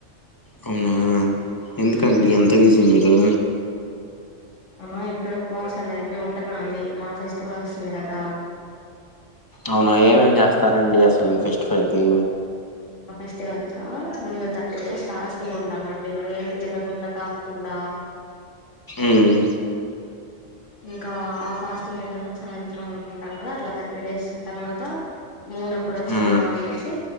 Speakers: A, on the left; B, on the left.
A: అవునా! ఎందుకండి
B: మ్మ్
A: అంతా బిజీ మీరు.
B: ఆ ఇక్కడ ఉపవాసాలు అవన్నీ ఉంటన్నా, అండి మా ఫెస్టివల్ వస్తుంది. కదా!
A: అవునా! ఏమేమి చేస్తారండి? అసలు మీ ఫెస్టివల్కి.
B: మా ఫస్ట్ వల్ కా, ముందు థర్టీ డే ఫాస్టింగ్ ఉంటామ. అండి ఏం తినకుండా తాకుకుండా ఆ
A: ఉమ్
B: ఇంకా ఆ ఫాస్టింగ్ అయిపోయిన, సాయంత్రం ఉంటుంటాం కదా. అట్లా థర్టీ డేస్ తర్వాత మూన్ ఎప్పుడు వచ్చిందా.
A: ఆ
B: అనేసి